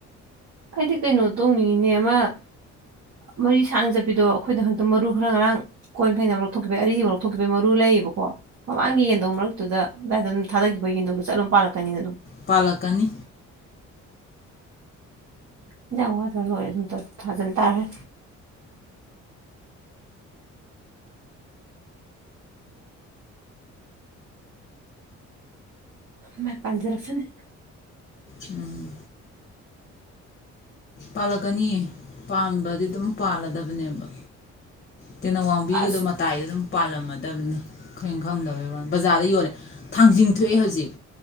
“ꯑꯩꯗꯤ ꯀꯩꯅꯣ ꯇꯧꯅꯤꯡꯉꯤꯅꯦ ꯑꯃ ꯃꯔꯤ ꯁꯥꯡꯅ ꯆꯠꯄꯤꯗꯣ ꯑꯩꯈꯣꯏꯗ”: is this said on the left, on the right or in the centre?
Right